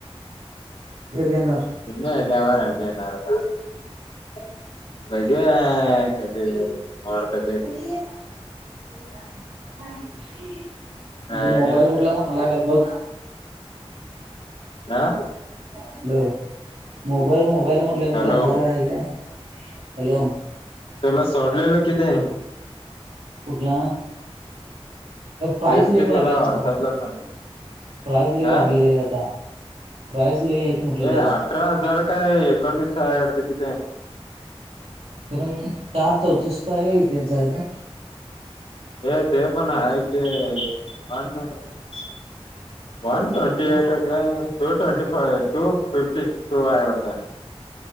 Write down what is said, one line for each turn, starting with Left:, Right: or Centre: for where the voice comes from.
Right: ग दे ना.
Left: <unintelligible> <unintelligible>
Right: हे‌.
Left: काय
Right: तू मोबाईल
Left: रे
Right: कुठला म्हणालाय काय बघ.
Left: हा
Right: हॅलो मोबाईल मोबाईल म्हटलं कुठला
Left: हॅलो
Right: चांगला आहे काय. हॅलो.
Left: तुला सोडलेलं किते
Right: कुठला. प्राईज
Left: तेच
Right: लइ
Left: ते
Right: वाढल्यात
Left: तुला व्हॉट्सअपला
Right: बाबा
Left: सोड
Right: प्राईज ल
Left: हा
Right: वाढलेले आता प्राईज लई आहेत. म्हटलं जास्त
Left: ए अठरा हजार काय एकोणीस हाय वाटतं की ते.
Right: कारण चार चौकष्ट तर आहे का इथेच आहे का.
Left: हे ते पण आहे की <unintelligible> वन ट्वेन्टी
Right: किती
Left: eight, two twenty five, two fifty two आहेवडत.